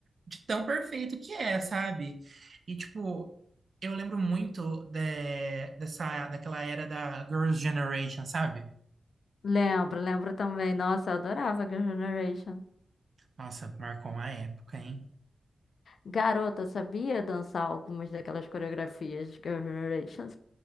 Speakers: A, on the right; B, on the left.
A: De tão perfeito que é, sabe? E, tipo, eu lembro muito de- dessa, daquela era da Girls' Generation, sabe?
B: Lembro, lembro também. Nossa, eu adorava Girl Generation.
A: Nossa, marcou uma época, hein?
B: Garota, eu sabia dançar algumas daquelas coreografias de Girl Generation.